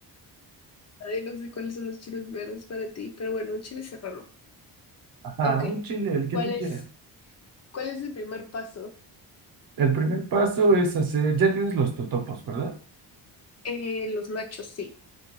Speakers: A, on the left (about 40°); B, on the right (about 60°).
A: Ay, no sé cuáles son los chiles verdes para ti, pero bueno, un chile serrano.
B: Ajá,
A: Ok,
B: un chile, el que
A: ¿cuál
B: tú
A: es,
B: quieras.
A: cuál es el primer paso?
B: El primer paso es hacer, ya tienes los totopos, ¿verdad?
A: Eh, los nachos, sí.